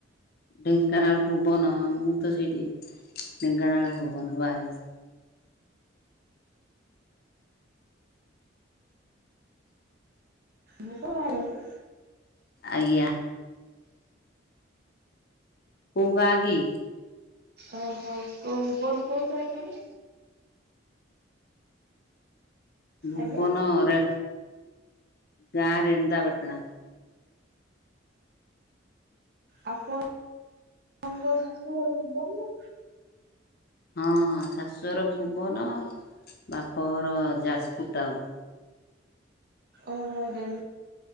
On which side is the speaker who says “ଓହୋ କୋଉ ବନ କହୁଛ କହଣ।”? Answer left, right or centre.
Right